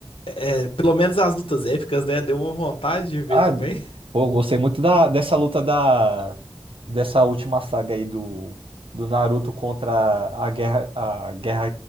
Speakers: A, on the left (about 80°); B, on the right (about 75°).
A: É, pelo menos as lutas épicas, né? Deu uma vontade de ver
B: Ah,
A: também.
B: pô, eu gostei muito da, dessa luta da, dessa última saga aí do, do Naruto contra a guerra, a guerra